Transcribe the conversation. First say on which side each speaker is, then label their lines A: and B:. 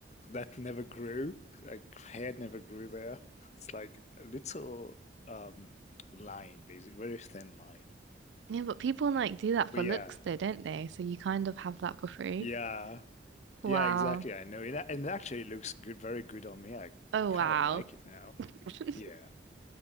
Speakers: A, on the left (about 35°); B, on the right (about 75°).
A: that never grew. Like hair never grew there. It's like a little um line, basically, very thin line.
B: Yeah, but people like do that for
A: But yeah,
B: looks though, don't they? So you kind of have that for free.
A: yeah,
B: Wow.
A: yeah, exactly. I know, and that- and it actually looks good, very good on me. I
B: Oh,
A: I kind
B: wow.
A: of like it now.
B: <laughs>
A: Yeah,